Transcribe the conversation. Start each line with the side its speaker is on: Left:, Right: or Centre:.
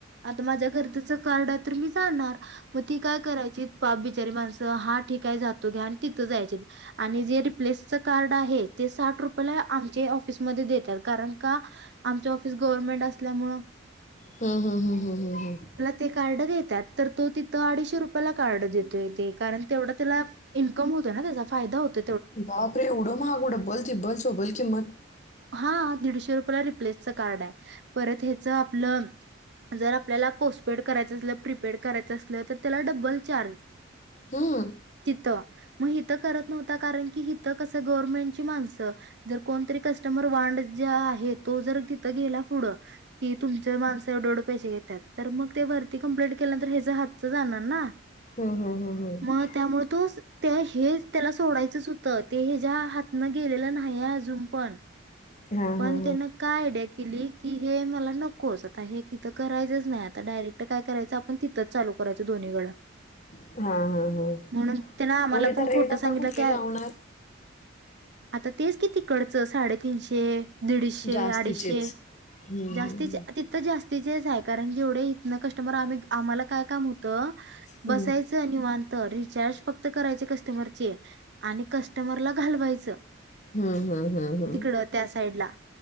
Right: आता माझ्या गरजेच कार्ड आहे तर मी जाणार मग ती काय करायची पाप बिचारी माणसं हा ठिकाय जातो घ्या आणि तिथं जायचे आणि जे प्लेस च कार्ड आहे ते साठ रुपयेला आम चे ऑफिसमध्ये देतात कारण का आमच ऑफिस गव्हर्मेंट असल्यामुळे
Left: हम हम हम हम हम हम.
Right: ते कार्ड देतात तर तो तिथं अडीच शे रुपय ला कार्ड देतो य तेे कारण तेवढा त्याला इन्कम होत ना त्याचा फायदा होत
Left: बाप रे एव्हडं महाग डबल, टिबल, चौबल किंमत
Right: हा दीडशे रुपयाला रिप्लेसचं कार्ड आहे परत हेंच आपलं जर आपल्याला पोस्टपेड करायचं असलं प्रीपेड करायचं असलं तर त्याला डबल चार्ज.
Left: हा.
Right: तिथं मग हिथं करत नव्हता कारण की हित कसं गवर्नमेंटची माणसं. जर कोणतरी कस्टमर वांड ज्या आहे तो जर तिथं गेला पुढं की तुमं माणसं एवढेवढे पैसे घेत त्यात तर मग ते वरती कंप्लेट केल्यांत हच हातच जाणार ना.
Left: हम् हम्म हम हम्.
Right: मग त्यामुळे तो त्या हे त्याला सोडायचंच होतं ते ह ज्या हातनं गेलेलं नाही पण
Left: हां
Right: पण
Left: हां
Right: त्यान काय आयडिया केली. कि हे मला नकोच आता हे किथं करायचंच नाही. आता डायरेट काय करायचं आप तिथं चालू करायं दोन्हीडं.
Left: हां हां हां
Right: म्हणून त्यान आम्हाला
Left: मग तिथं
Right: पण खोट
Left: रेट
Right: सांगितलं
Left: आता कुठले
Right: की
Left: लावणार
Right: आता तेच किती तिकडच साडेतीनशे दीडशे
Left: जास्तीचेच.
Right: अडीचशे
Left: हं,
Right: जास्ती
Left: हं.
Right: तर जास्तीचेच आहे कारण जेवढे इ कस्टमर आम्ही आम्हाला काय काम होत
Left: हं.
Right: बसायचं. त निवांत रिचार्ज फक्त करायचे कस्टमरचे आणि कस्टमरला घालवायचं.
Left: हम हम हम हम
Right: तिकडं त्या साईड ला